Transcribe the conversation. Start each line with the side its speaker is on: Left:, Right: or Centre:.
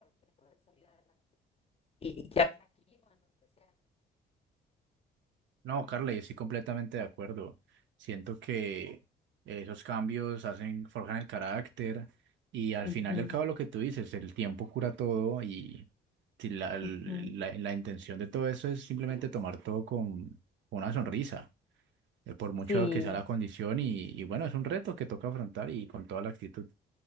Left: Y-
Right: No, Carla, yo estoy completamente de acuerdo. Siento que esos cambios hacen, forjan el carácter y al
Left: Ujú,
Right: final y al cabo lo que tú dices, el tiempo cura todo y si la, la-
Left: ujú.
Right: la intención de todo eso es simplemente tomar todo con, una sonrisa, eh, por mucho
Left: Sí,
Right: que sea la condición y, y bueno, es un reto que toca afrontar y con toda la actitud.